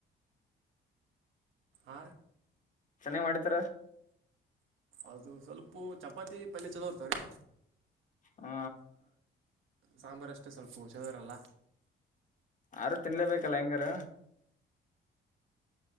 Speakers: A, on the right; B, on the left.
A: ಹ
B: ಚೆನ್ನಾಗ್ ಮಾಡಿತಾರ
A: ಅದು ಸ್ವಲ್ಪ ಚಪಾತಿ ಪಲ್ಯ ಚಲೋ ಬರ್ತವ್ರೀ
B: ಆ
A: ಸಾಂಬಾರಷ್ಟೇ ಸ್ವಲ್ಪ ಚಲೋ ಇರಲ್ಲ
B: ಯಾರು ತಿನ್ಲೇಬೇಕಲ್ಲ ಹೆಂಗಾರ